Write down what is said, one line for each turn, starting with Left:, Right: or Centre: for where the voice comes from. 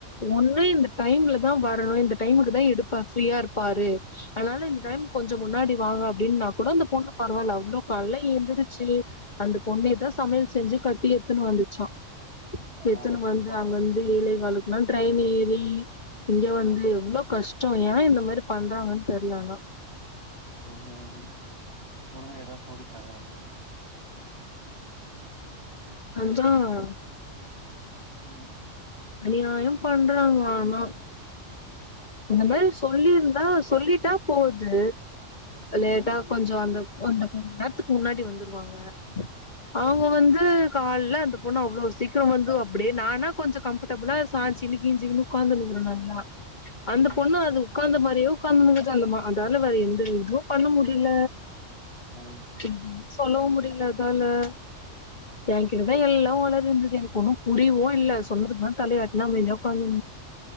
Left: ஒன்னு இந்த டைம்ல தான் வரணும் இந்த டைம் தான் எடுப்பா ஃப்ரியா இருப்பாரு அதனால இந்த
Right: ம்
Left: டைம் கொஞ்சம் முன்னாடி வாங்க அப்டின்னா கூட அந்த பொண்ணு பரவால்ல அவ்ளோ கால எந்திரிச் அந்த பொண்ணே தான்
Right: ம்
Left: சமையல் செஞ்சு கட்டி எத்துனு வந்துச்சான் எத்துன்னு
Right: ஓ
Left: வந்து
Right: பாவம்
Left: அங்க வந்து ஏலே காலுக்கெல்லாம் ட்ரெயின் ஏறி இங்க வந்து
Right: ம்
Left: எவ்வளவு கஷ்டம் ஏன் இந்த மாரி பண்றாங்கன்னு தெரில ஆனா
Right: உம்ம்ம் பொறுமைய தான் சோதிக்கிறாங்க நெனக்கிறேன்
Left: அதான்
Right: உம்
Left: அநியாயம் பண்றாங்க ஆனா இந்த மாதிரி சொல்லியிருந்தா சொல்லிட்டா போது லேட்டா
Right: ம் ம்
Left: கொஞ்சம் அந்த ஒன்ன கொண்டான் க்கு முன்னாடி வந்துருவாங்க அவுங்க வந்து கால்ல போனும் அவ்ளோ சீக்கிரம் வந்து அப்டியே நானா கொஞ்சம் கம்ஃபர்டபுளா சார்ஜ் நிக் கெஞ்சிகின்னு உக்காந்து இருக்கனும் நல்லா அந்த
Right: ம்
Left: பொண்ணு அது உக்காந்து வறயோ <unintelligible> அதால வேற எந்த எதுவும் பண்ண முடில
Right: ம்
Left: எதுவு சொல்லவும் முடில <unintelligible> என்கிட்டதான் எல்லா ஒளறி இருந்தது எனக்கு ஒன்னு புரியவு இல்ல சொன்னதுக்குலா தலையாட்டினா அமைதியா உக்காந்து